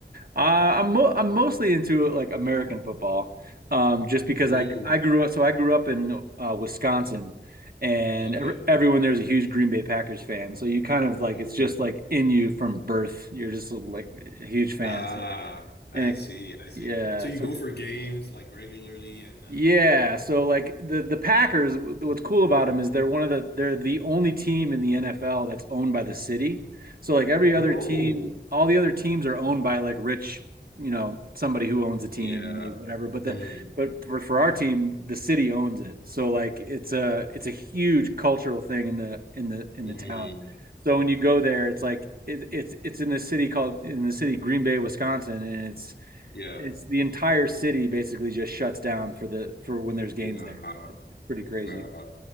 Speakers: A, on the right (about 60°); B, on the left (about 80°).
A: Uh, I'm mo I'm mostly into like American football, um, just because
B: Mm,
A: I I grew up. So I grew up in uh, Wisconsin, and
B: okay.
A: ev everyone there's a huge Green Bay Packers fan. So you kind of like
B: Mm.
A: it's just like in you from birth. You're just like a huge fan.
B: Ah,
A: So
B: I
A: and
B: see, I see.
A: yeah,
B: So you
A: so
B: go for games like regularly and uh
A: yeah, so like the the Packers, what's cool about them is they're one of the they're the only team in the NFL that's owned by the city. So like every other
B: Oh,
A: team, all the other teams are owned by like rich, you know, somebody who owns a
B: yeah.
A: team and they whatever. But the
B: Mm,
A: but for for our team, the city owns it. So like it's a it's a huge cultural thing in the in the in
B: mm,
A: the town. So when you go there, it's like it, it's it's in the city called in the city Green Bay, Wisconsin, and it's
B: yeah.
A: it's the entire city basically just shuts down for the for when there's games
B: Wow.
A: there. It's pretty crazy.
B: Wow.